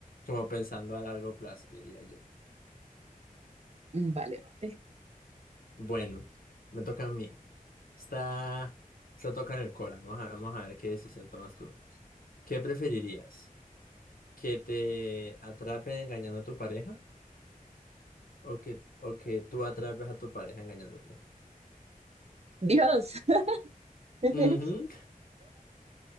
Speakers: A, on the left (about 80°); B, on the right (about 45°).
A: Como pensando a largo plazo, diría yo.
B: Mm, Vale, vale.
A: Bueno, me toca a mí. Está, está toca en el Cora. Vamos a, vamos a ver qué decisión tomas tú. ¿Qué preferirías? ¿Que te atrapen engañando a tu pareja? ¿O que, o que tú atrapes a tu pareja engañándote?
B: Dios. <laughs>
A: Ujú,